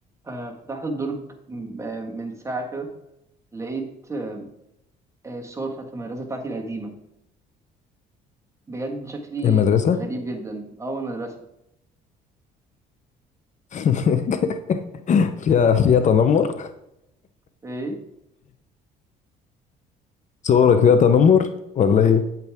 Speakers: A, on the right (about 15°); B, on the left (about 45°).
A: آه، فتحت الدرج م- آه، من ساعة كده لقيت آه، آه، الصور بتاعت المدرسة بتاعتي القديمة بجد شكلي
B: المدرسة
A: غريب جدا أول مدرسة
B: <laughs> فيها فيها تنمر
A: إيه
B: صورك فيها تنمر ولا ايه؟